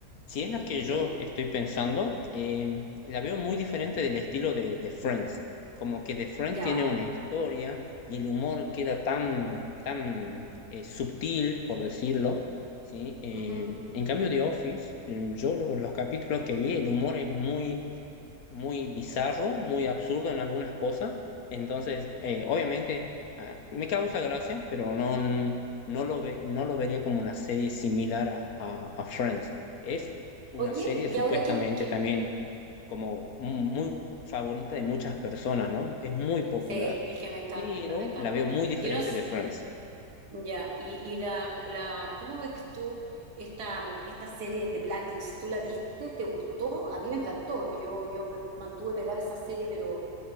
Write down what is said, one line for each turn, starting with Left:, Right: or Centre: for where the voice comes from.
Left: Si es la que
Right: Ujú,
Left: yo estoy pensando, eh, la veo muy diferente del estilo de, de Friends. Como que The Friends
Right: Ya.
Left: tiene una historia y el humor queda tan, tan eh, subtil, por decirlo, ¿sí? Eh,
Right: ujú.
Left: en cambio, The Office, eh, yo lo- los capítulos que vi, el humor es muy muy bizarro, muy absurdo en algunas cosas. Entonces, eh, obviamente, ah, me causa gracia, pero no, no lo ve- no lo vería como una serie similar a, a- a Friends. Es una
Right: Oye,
Left: serie supuestamente
Right: y ahora que, que-
Left: también como muy favorita de muchas personas, ¿no? Es muy popular,
Right: Sí, es que me encanta,
Left: pero
Right: me encanta.
Left: la veo muy diferente
Right: Yo no... s-
Left: de Friends.
Right: Ya, y, y la, la... ¿Cómo ves tú esta, esta serie de Blacklist? ¿Tú la viste? ¿Te gustó? A mí me encantó. Yo, yo me mantuve pegada a esa serie, pero...